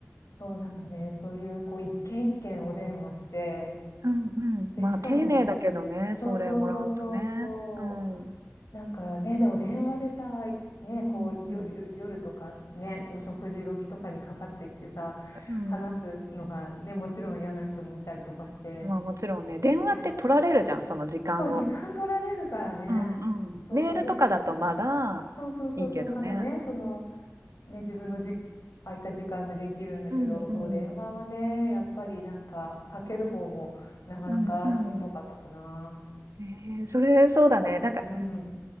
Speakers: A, on the left; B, on the right.
A: そう、なんかね、そういう、こう、一軒一軒お電話して、
B: んうんうん。
A: で、
B: まあ、
A: しかも、
B: 丁寧だけどね、
A: そうそうそうそうそう、
B: それもらうとね。うん。うん
A: なんかね、でも電話でさ、ね、こう夜、
B: うん。
A: 夜とかね、お食事時とかにかかってきてさ、
B: うん。
A: 話すのがね、もちろん嫌な人もいたりとかして、
B: まあ、もちろんね、電話って取られるじゃん、
A: ね、
B: その時間を。
A: そう、時間取られるからね、
B: うんうん。
A: そうで、
B: メールとかだとまだ
A: そうそうそうそう、
B: いいけどね。
A: まだね、その、ね、自分のじ空いた時間でできるんだけど、
B: うん。うんうん。
A: そう、電話はね、やっぱりなんか、かける方もなかなかしんどかったかな。
B: うんええ、それそうだね。なんか
A: うん